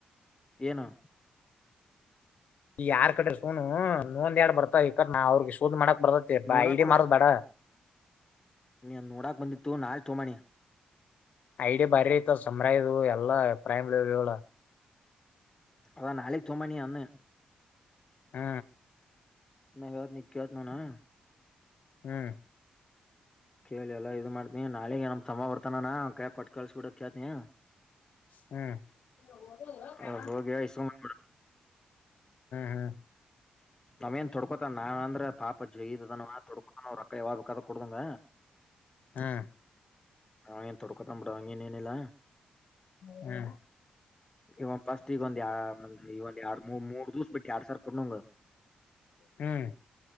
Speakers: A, on the left (about 25°); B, on the left (about 70°).
A: ಏನು?
B: ಯಾರ್ ಕಡೇರ ತೊಗೊಲುನು ಇನ್ನೊಂದ್ ಎರಡ್ ಬರ್ತ ಹಿಕ್ಕಟ್ ನಾವ್ ಅವ್ರಿಗೆ ಸುದ್ದ ಮಾಡಕ್ ಬರ್ತೇತಿ
A: ನೋಡಾಕ್
B: ಐಡ
A: ಬರ
B: ಮಾರೋದ ಬೇಡ.
A: ನೀ ನೋಡಾಕ್ ಬಂದಿತ್ತು ನಾಳೆ ತೊಗೊಂಡ ಬಾ ನೀ.
B: ಐಡಿ ಬಾರಿ ಐತ ಸಮ್ರಯಿ ಇದು ಎಲ್ಲಾ ಪ್ರೈಮ್ ಲೆವೆಲ್
A: ಅ ನಾಳೆಗೆ ತೊಗೊಂಡ ಬಾ ಅನ್ನಿ.
B: ಹ್ಮ
A: ನಾ ಹೇಳ್ತೀನಿ ಈಗ ಕೇಳ್ತನ ಅವ್ನ
B: ಹ್ಮ್
A: ಕೇಳಿ ಎಲ್ಲಾ ಇದು ಮಾಡ್ತನಿ ನಾಳೆಗೆ ನಮ್ ತಮ್ಮ ಬರ್ತಾನ ಅಣ್ಣ ಅವ್ನ ಕೈಯಾಗ ಕೊಟ್ಟ ಕಳ್ಸಿ ಬಿಡ ಅಂತ ಹೇಳ್ತೀನಿ.
B: ಹ್ಮ ಹ್ಮ್
A: ಅವ್ರ್ ಹೋಗಿ ಇಸ್ಕೊಂಡ್
B: ಹ್ಮ್
A: ಅವೇನ್ ತೊಡ್ಕೋತಾನ ನಾನ್ಂದ್ರ ಪಾಪ ಜಯ ಅದನ್ ಅವ ತೊಡ್ಕೋತಾನ ರೊಕ್ಕ ಯಾವಾಗ ರೊಕ್ಕ ಅದು ಕೊಡದಂಗ
B: ಹ್ಮ್ ಹ್ಮ್
A: ಅವ ಏನ್ ತಡ್ಕೋತಾನ್ ಬಿಡ ಹಂಗೆನ್ ಏನ್ ಇಲ್ಲ.
B: ಹ್ಮ್
A: ಈ ಒಂದ ಫಸ್ಟ್ ಒಂದ ಎರಡ ಎರಡು ಮೂ ಮೂರ <inaudible> ಬಿಟ್ಟ ಯಾಡ್ ಸಾವಿರ ಕೊಡೋಣ ಅವಂಗ.
B: ಹ್ಮ್